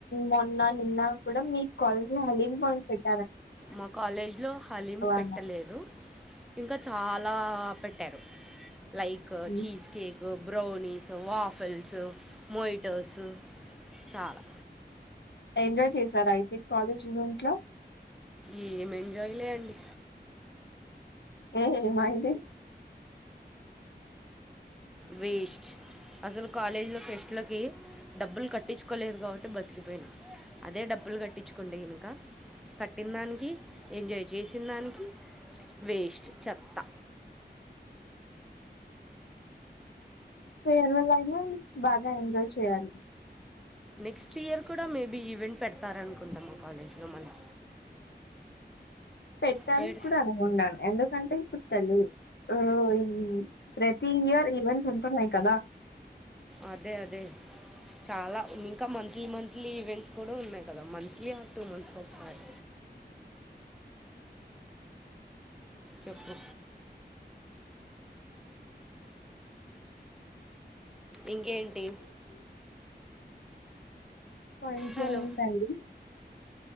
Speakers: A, on the left; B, in the centre.
A: మొన్న నిన్న కూడా మీ కాలజ్ లో హలీం పాయింట్ పెట్టు
B: మా కాలేజీ లో హలీం పెట్టలేదు
A: అని
B: ఇంకా చాల్‌ ఆ పెట్టారు లైక్
A: మ్మ్.
B: Cheesecake brownies waffles mojitos చాలా
A: ఎంజాయ్ చేశారా అయితే కాలేజ్ ఈవెంట్లో
B: ఏం ఎంజాయ్లే అండి
A: ఉఉమ్ అండి
B: వేస్ట్ అసలు కాలేజీలో ఫెస్టులకి డబ్బులు కట్టించుకోలేదు కాబట్టి బతికిపోయినా అదే డబ్బులు కట్టించుకోండి ఇంకా కట్టిన దానికి ఎంజాయ్ చేసిన దానికి వేస్ట్ చెత్తా
A: ఫేర్వెల్ అయిన బాగా ఎంజాయ్ చేయాలి
B: నెక్స్ట్ ఇయర్ కూడా మేబీ ఈవెంట్ పెడతారనుకుంటా మా కాలేజ్లో మళ్ళీ
A: పెట్టడానికి
B: పెడ్
A: కూడా అనుకుంటను ఎందుకంటే సలి ఆ ఈ ప్రతి ఇయర్ ఈవెంట్స్ ఉంటున్నాయి కదా
B: అదే అదే చాలా ఇంకా మంత్లీ మంత్లీ ఈవెంట్స్ కూడా ఉన్నాయి కదా మంత్లీ ఆ టూ మంత్స్ కి ఒకసారి చెప్పు ఇంకేంటి
A: ఆ ఇంకేటి
B: హలో
A: అండి